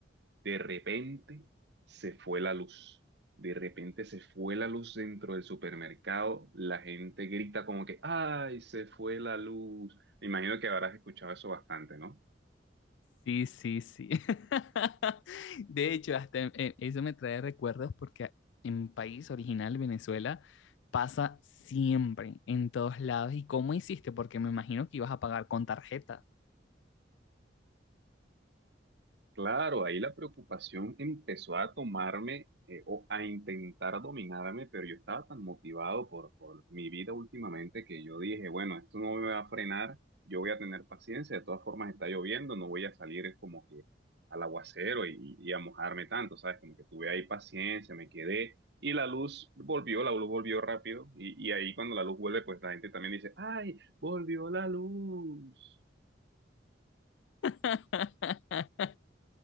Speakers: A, on the right; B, on the left.
A: de repente se fue la luz. De repente se fue la luz dentro del supermercado. La gente grita como que, ¡ay, se fue la luz! Me imagino que habrás escuchado eso bastante, ¿no?
B: Sí, sí, sí. <laughs> De hecho, hasta em- em- eso me trae recuerdos porque en mi país original, Venezuela, pasa siempre, en todos lados. ¿Y cómo hiciste? Porque me imagino que ibas a pagar con tarjeta.
A: Claro, ahí la preocupación empezó a tomarme eh, o a intentar dominarme, pero yo estaba tan motivado por, por mi vida últimamente que yo dije, bueno, esto no me va a frenar, yo voy a tener paciencia, de todas formas está lloviendo, no voy a salir como que al aguacero y, y a mojarme tanto, ¿sabes? Como que tuve ahí paciencia, me quedé y la luz volvió, la luz volvió rápido y, y ahí cuando la luz vuelve, pues la gente también dice, ¡ay, volvió la luz!
B: <laughs>